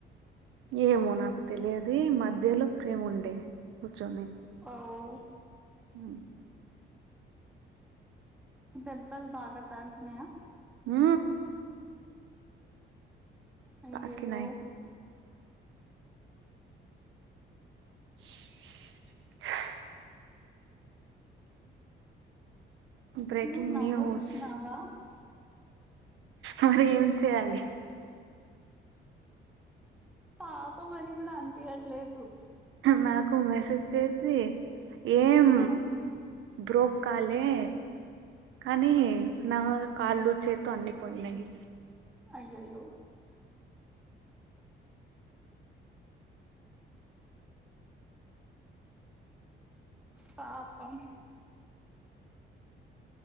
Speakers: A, on the right; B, in the centre.
A: ఏమో నాకు తెలియదు మధ్యలో ప్రేమ్ ఉండే కూర్చొని
B: అవు
A: అ
B: దెబ్బల్ బాగా తాకినయ
A: ఆ
B: అయ్యయ్యో
A: తాకినాయి ఆ బ్రేకింగ్
B: నువ్వు నవ్వుతున్నావా
A: న్యూస్ మరి ఏం చేయాలి
B: పాపమని కూడా అనిపించట్లేదు
A: నాకు మెసేజ్ చేసి ఏం
B: ఆహా
A: బ్రోక్ కాలే కానీ నా కాళ్ళు చేతు అన్నిపోయినాయి
B: అయ్యో అయ్యో పాపం